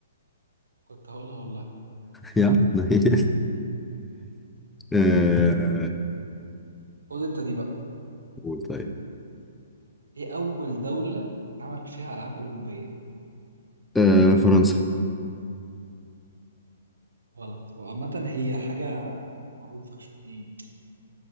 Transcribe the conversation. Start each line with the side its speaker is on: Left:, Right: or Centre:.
Right: كنت هقولها والله
Centre: يا عم نيل آه،
Right: خد انت دي بقى
Centre: قول طيب
Right: ايه أول دولة عمل فيها ألعاب أولمبية
Centre: آه، فرنسا
Right: غلط وعامة هي حاجة معروفة شو ايه